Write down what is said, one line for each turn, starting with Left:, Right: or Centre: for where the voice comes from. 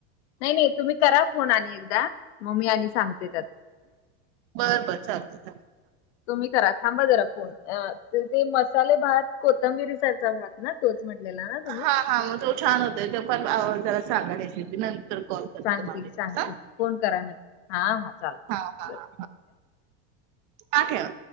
Left: नाही नाही तुम्ही करा फोन आणि एकदा मग मी आणि सांगते त्यात
Right: बरं बरं चालतंय चालतंय.
Left: तुम्ही करा थांबा जरा फोन ते मसाले भात कोथिबीरसरचा भात ना तोच म्हणलेला ना तुम्ही?
Right: हा हा मग जो छान होतंय तो पण आवडला तर सांगा रेसिपी नंतर कॉल करते
Left: सांगते
Right: तुम्हाला.
Left: सांगते
Right: हा
Left: फोन करा मग हा हा चालतंय
Right: हा
Left: बरं.
Right: हा हा ठेवा.